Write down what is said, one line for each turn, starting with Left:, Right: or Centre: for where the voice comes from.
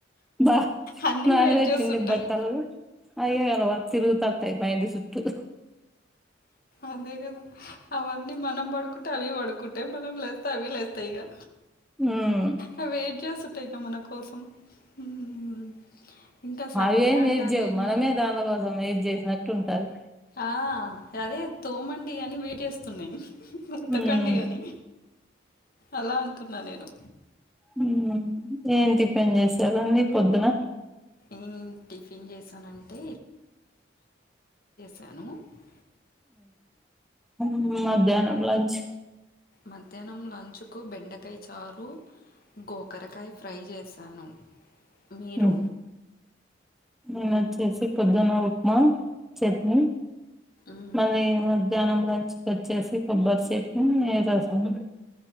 Centre: బాగ్.
Left: అన్నీ
Centre: నాలువేచ్చింది
Left: వెయిట్ చేస్తుంటాయి
Centre: బట్టలు అయగ వర్ తిరుగుతతాయి బయిండి సుట్ట. ఆహ్.
Left: అదే కదా అవన్నీ మనం పడుకుంటే అవి పడుకుంటాయి మనం లేస్తే. తవిలేస్తాయి ఇంకా
Centre: ఉమ్
Left: అవి వెయిట్ చేస్తుంటాయి ఇంకా మన కోసం. ఉమ్. ఇంకా సండే
Centre: అవేమీ
Left: అంటారు
Centre: వెయిట్ చేయవు
Left: కానీ
Centre: మనమే దానిల కోసం వెయిట్ చేసినట్టు ఉంటాది.
Left: ఆహ్ అదే తోమండి అని వెయిట్ చేస్తున్నాయి ఉతకండి
Centre: ఉమ్
Left: అని. అలా అంటున్నా నేను.
Centre: ఉమ్ ఏం టిఫిన్ చేసారండి పొద్దున.
Left: ఏం టిఫిన్ చేశానంటే నేన
Centre: ఉమ్ మధ్యాహ్నం లంచ్.
Left: మధ్యాహ్నం లంచ్ కు బెండకాయ చారు. గోకరకాయ ఫ్రై చేశాను. మీరు
Centre: ఉహూ. నేను వచ్చేసి పొద్దున్న ఉప్మా చట్నీ.
Left: మ్మ్
Centre: మళ్ళీ ఏం వద్దు. మధ్యాహ్నం లంచ్ కూ వచ్చేసి కోబ్బర్ చెట్ని రాసము.